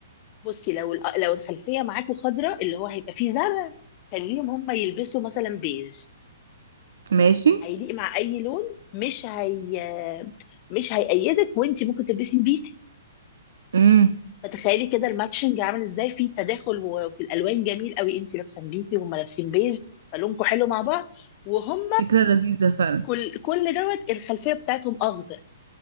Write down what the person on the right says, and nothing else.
ماشي
امم
فكرة لذيذة فعلا